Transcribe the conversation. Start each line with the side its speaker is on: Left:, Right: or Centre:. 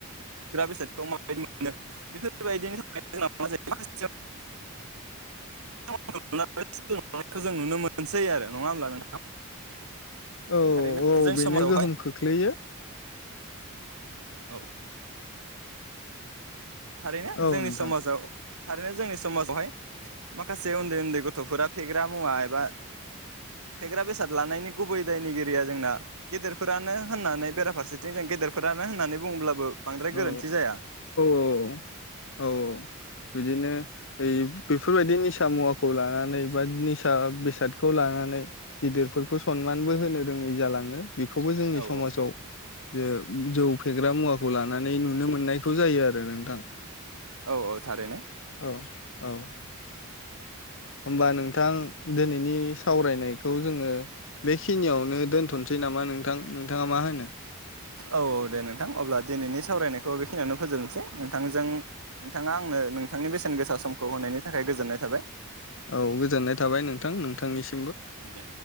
Right: ग्रा बेसादखौ माबायदि मोनो बेफोरबायदिनि थाखाय जोंना मा जायो माखासे <unintelligible> जों नुनो मोनसै आरो नङा होमब्ला नोंथां?
Left: औ
Right: थारैनो
Left: औ
Right: जों
Left: बेनो
Right: समाजावहाय
Left: गोहोम खोख्लैयो।
Right: औ थारैनो
Left: औ
Right: जोंनि
Left: नोंथां
Right: समाजाव थारैनो जोंनि समाजावहाय माखासे उन्दै उन्दै गथ'फोरा फेग्रा मुवा एबा फेग्रा बेसाद लानायनि गुबै दायनिगिरिया जोंना गेदेरफोरानो होननानै बेराफारसेथिं जों गेदेरफोरानो होननानै बुङोब्लाबो बांद्राय
Left: औ
Right: गोरोन्थि जाया।
Left: औ औ बिदिनो ओ बेफोरबायदि निसा मुवाखौ लानानै बा निसा बेसादखौ लानानै गिदिरफोरखौ सनमानबो होनो रोङै जालाङो। बेखौबो जोंनि
Right: औ
Left: समाजाव जे जौ फेग्रा मुवाखौ खौ लानानै नुनो मोननायखौ जायो आरो नोंथां
Right: औ औ थारैनो।
Left: औ औ होनबा नोंथां दिनैनि सावरायनायखौ जोंङो बेखिनियावनो दोनथनोसै नामा नोंथां? नोंथाङा मा होनो
Right: औ औ दे नोंथां अब्ला दिनैनि सावरायनायखौ बेखिनिययावनो फोजोबनोसै नोंथांजों नोंथाङा आंनो नोंथांनि बेसेन गोसा समखौ होनायनि थाखाय गोजोननाय थाबाय
Left: औ गोजोननाय थाबाय नोंथां नोंथांनिसि
Right: उम दे